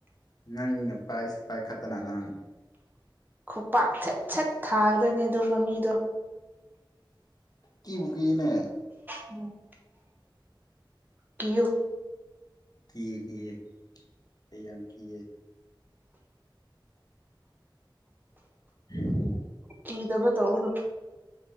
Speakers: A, on the left; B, on the right.
A: ꯅꯪꯅ ꯄꯥꯁꯁꯨ ꯄꯥꯏꯈꯠꯇꯅ ꯅꯪ
B: ꯈꯨꯄꯥꯛ ꯁꯦꯠ ꯁꯦꯠ ꯊꯥꯒꯗꯣꯏꯅꯦ ꯑꯗꯨꯝ ꯃꯃꯤꯗꯣ
A: ꯀꯤꯕꯨꯀꯤꯅꯦ
B: ꯎꯝ ꯀꯤꯌꯨ
A: ꯀꯤ ꯀꯤꯌ‌ꯦ ꯑꯩ ꯌꯥꯝ ꯀꯤꯌ‌ꯦ ꯊꯥꯡ
B: ꯀꯤꯗꯕ ꯇꯧꯒꯅꯣ